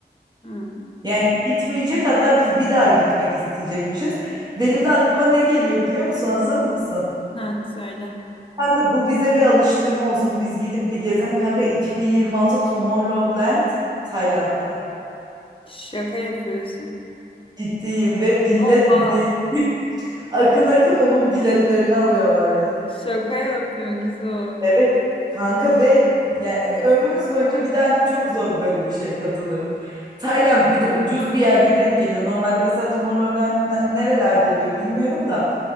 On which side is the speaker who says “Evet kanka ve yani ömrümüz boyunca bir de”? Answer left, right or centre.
Right